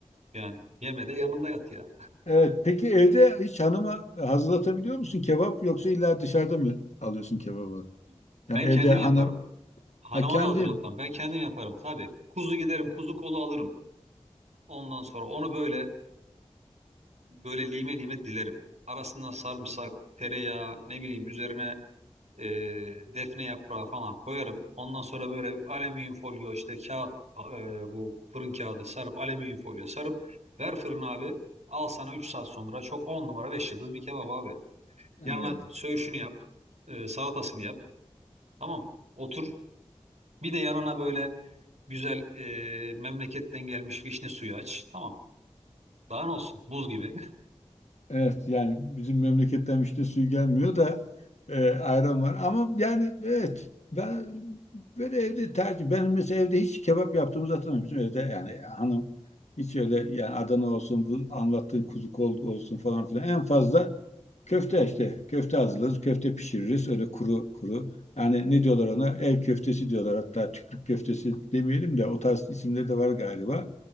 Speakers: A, on the right; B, on the left.
A: Yani yeme de yanında yat ya.
B: Evet, peki evde hiç hanıma hazırlatabiliyor musun kebap yoksa illa dışarıda mı alıyorsun kebabı?
A: <laughs>
B: Yani
A: Ben
B: evde
A: kendim
B: hanım,
A: yaparım. Hanıma
B: ha kendin.
A: da hazırlatmam. Ben kendim yaparım tabii. Kuzu giderim, kuzu kolu alırım. Ondan sonra onu böyle böyle lime lime dilerim. Arasına sarımsak, tereyağı, ne bileyim üzerine e, defne yaprağı falan koyarım. Ondan sonra böyle alüminyum folyo işte kağıt e, bu fırın kağıdı sarıp alüminyum folyo sarıp ver fırına abi. Al sana 3 saat sonra çok 10 numara 5 yıldız bir kebap abi.
B: Evet,
A: Yanına söğüşünü yap, e, salatasını yap. Tamam. Otur Bir de yanına böyle güzel e, memleketten gelmiş vişne suyu aç. Tamam. Daha ne olsun? Buz gibi.
B: evet yani bizim memleketten işte suyu gelmiyor da e, ayran var. Ama yani evet ben böyle evde tercih. Ben mesela evde hiç kebap yaptığımızı hatırlamıyorum. Bizim evde yani hanım hiç öyle yani Adana olsun bu anlattığın kuzu kol olsun falan filan. En fazla köfte işte köfte hazırlarız. Köfte pişiririz öyle kuru kuru. Yani ne diyorlar ona? Ev köftesi diyorlar. Hatta çiftlik köftesi demeyelim de o tarz isimleri de var galiba.